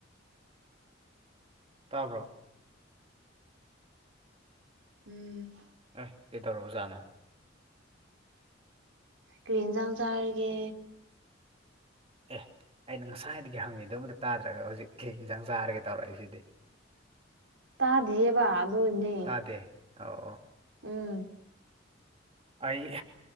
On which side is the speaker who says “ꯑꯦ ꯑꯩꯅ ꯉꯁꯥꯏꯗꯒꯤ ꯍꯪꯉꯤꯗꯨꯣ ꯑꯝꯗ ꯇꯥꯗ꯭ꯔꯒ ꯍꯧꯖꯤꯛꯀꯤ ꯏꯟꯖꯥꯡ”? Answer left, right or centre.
Right